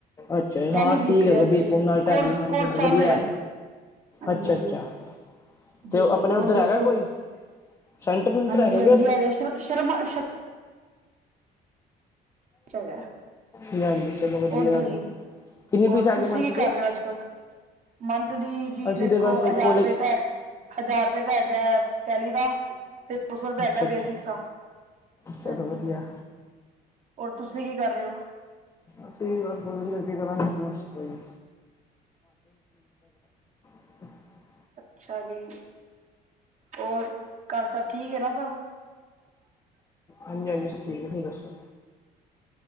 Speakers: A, on the left; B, on the right.
A: ਅੱਛਾ
B: ਟੈਲੀ
A: ਹਾਂ
B: ਸਿੱਖ
A: ਠੀਕ ਹੈਗਾ
B: ਰਿਹਾ ਹਲੇ
A: ਬੀ
B: ਤੇ।
A: ਕੌਮ ਨਾਲ ਟੈਲੀ
B: ਕੋਰਸ-
A: ਹਾਂਜੀ
B: ਕੋਰਸ
A: ਹਾਂਜੀ
B: ਚੱਲ
A: ਵਧੀਆ।
B: ਰਿਹਾ ਹਾਂਜੀ।
A: ਅੱਛਾ ਅੱਛਾ
B: ਜੀ
A: ਤੇ ਆਪਣੇ
B: ਜੀ ਹੋਰ
A: ਉੱਧਰ ਹੈਗਾ
B: ਦੱਸੋ।
A: ਕੋਈ ਸੈਂਟਰ ਸੁੰਟਰ
B: ਹਾਂਜੀ-ਹਾਂਜੀ
A: ਕਿ ਉੱਧਰ?
B: ਹੈਗਾ ਸ਼ਰ ਸ਼ਰਮਾ ਸ਼ਰਮਾ 'ਚ ਹੈਗਾ
A: ਹਾਂਜੀ, ਚਲੋ ਵਧੀਆ
B: ਉਧਰ
A: ਗੱਲ
B: ਹੀ
A: ਹੈ। ਕਿੰਨੀ
B: ਹੋਰ
A: ਫੀਸ ਆ
B: ਤੁਸੀਂ
A: ਗਈ ਮੰਥਲੀ
B: ਕੀ ਕਰ ਰਹੇ ਹੋ ਅੱਜ ਕੱਲ। ਮੰਥ ਦੀ ਜੀ
A: ਅਸੀਂ
B: ਦੇਖੋ
A: ਤੇ ਬਸ
B: ਹਜ਼ਾਰ
A: ਕੋਲਜ
B: ਰੁਪਏ ਤਾਂ, ਹਜ਼ਾਰ ਰੁਪਏ ਤਾਂ ਹੈਗਾ। ਟੈਲੀ ਦਾ ਤੇ ਦੋ ਸੋ ਰੁਪਏ
A: ਅੱਛਾ
B: ਹੈਗਾ
A: ਅੱਛਾ
B: ਬੇਸਿਕ ਦਾ।
A: ਚਲੋ
B: ਹਾਂਜੀ!
A: ਵਧੀਆ
B: ਹੋਰ ਤੁਸੀਂ ਕੀ ਕਰ ਰਹੇ ਹੋ?
A: ਅਸੀਂ ਤਾਂ ਗੁਰੁ ਜੀ ਅਗੇ ਕਰਾਂਗੇ ਕੇਰਸ ਕੇਇ। <unintelligible>
B: ਅੱਛਾ ਜੀ ਹੋਰ ਘਰ ਸਭ ਠੀਕ ਹੈ ਨਾ ਸਭ।
A: ਹਾਂਜੀ-ਹਾਂਜੀ ਸਬ ਠੀਕ ਹੈ ਤੁਸੀ ਦੱਸੋ।